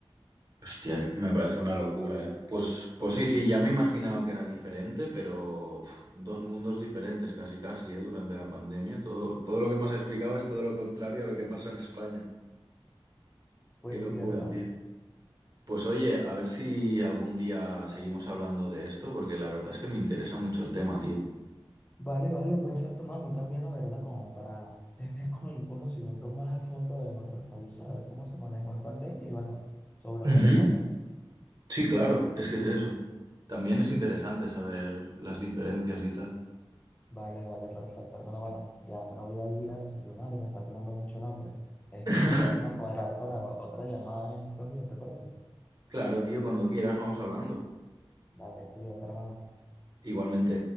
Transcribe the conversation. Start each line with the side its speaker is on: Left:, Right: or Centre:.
Right: Hostia, me parece una locura, ¿eh? Pues, pues sí, sí, ya me imaginaba que era diferente, pero uf, dos mundos diferentes casi casi, ¿eh? Durante la pandemia. Todo, todo lo que me has explicado es todo lo contrario a lo que pasó en España.
Left: Pues
Right: Qué locura,
Left: sí, hermano.
Right: tío. Pues oye, a ver si algún día seguimos hablando de esto, porque la verdad es que me interesa mucho el tema, tío.
Left: Vale, vale, perfecto, mami también la verdad, como para tener como un conocimiento más a fondo de nuestros países, a ver cómo se manejó en pandemia y bueno, sobre
Right: Ujú.
Left: otras cosas.
Right: Sí, claro, es que es eso. También es interesante
Left: ¿no?
Right: saber las diferencias y tal.
Left: Vale, vale, perfecto, hermano. Bueno, ya me voy a ir a desayunar y me está pegando mucho el hambre. Este,
Right: <laughs>
Left: entonces vamos a cuadrar para otra llamada en estos días, ¿te parece?
Right: Claro, tío, cuando quieras vamos hablando.
Left: Vale, cuídate, hermano.
Right: Igualmente.